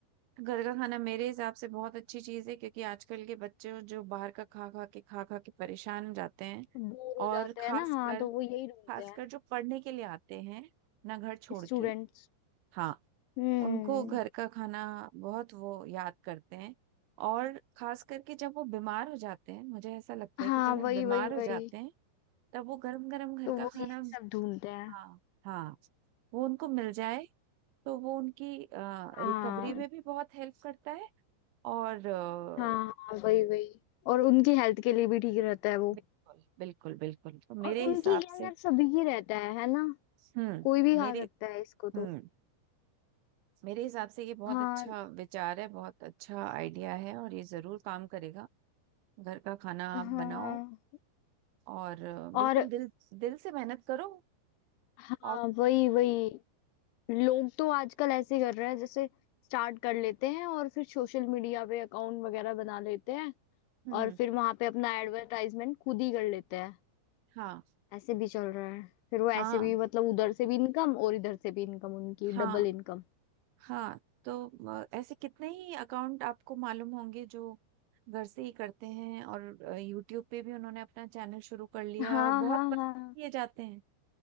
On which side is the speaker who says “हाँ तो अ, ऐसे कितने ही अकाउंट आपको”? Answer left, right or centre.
Right